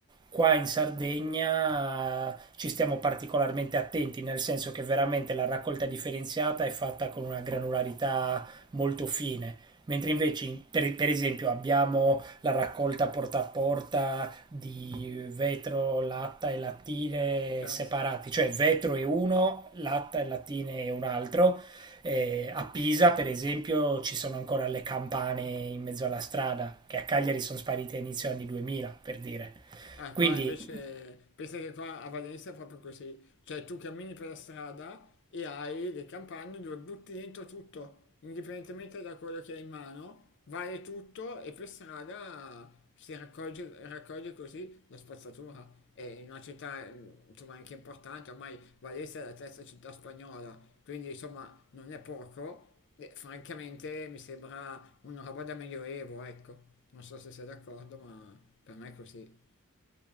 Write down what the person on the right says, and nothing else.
qua in Sardegna eh, ci stiamo particolarmente attenti, nel senso che veramente la raccolta differenziata è fatta con una granularità molto fine. Mentre invece, in- per, per esempio, abbiamo la raccolta porta a porta di vetro, latta e lattine
separati, cioè vetro è uno, latta e lattine è un altro, eh, a Pisa, per esempio, ci sono ancora le campane in mezzo alla strada, che a Cagliari sono sparite a inizio anni 2000, per dire.
Quindi,